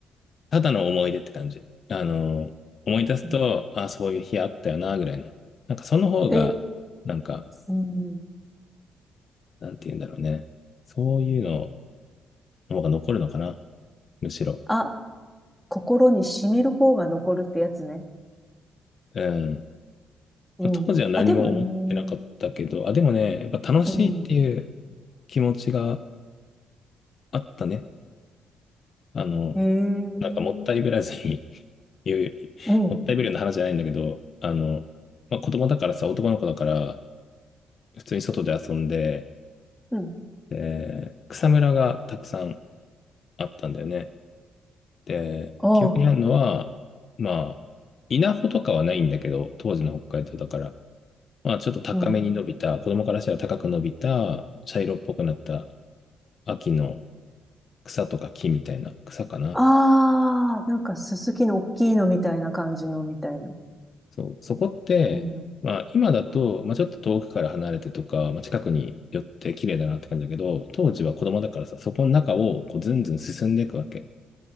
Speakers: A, on the left; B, in the centre.
A: ただの思い出って感じ。あの、思い出すと、
B: うん
A: あ、そういう日あったよな、ぐらいの。なんかその方が、
B: え、
A: なんか、
B: うん。
A: なんて言うんだろうね。そういうのの方が残るのかな、むしろ。
B: あ、心に染みる方が残るってやつね。
A: うん。
B: うん。
A: まあ当時は何も思ってなかったけど、
B: あ、でもね、
A: あ、でもね、やっぱ楽しいっていう
B: うん。
A: 気持ちがあったね。あの、
B: え
A: なんかもったいぶらずに
B: え
A: <laughs> 言う、
B: うん。
A: もったいぶるような話じゃないんだけど、あの、まあ、子供だからさ、男の子だから、普通に外で遊んで、
B: うん。
A: で、草むらがたくさんあったんだよね。で、
B: ああ。
A: 記憶にあるのは、まあ、稲穂とかはないんだけど、当時の北海道だから、まあ、ちょっと高めに伸びた、
B: うん。
A: 子供からしたら高く伸びた、茶色っぽくなった秋の草とか木みたいな草かな。
B: ああ、なんかすすきの大きいのみたいな感じのみたいな。
A: そう、そこって、
B: うん。
A: まあ今だと、まあちょっと遠くから離れてとか、まあ近くに寄って綺麗だなって感じだけど、当時は子供だからさ、そこの中をこうずんずん進んでいくわけ。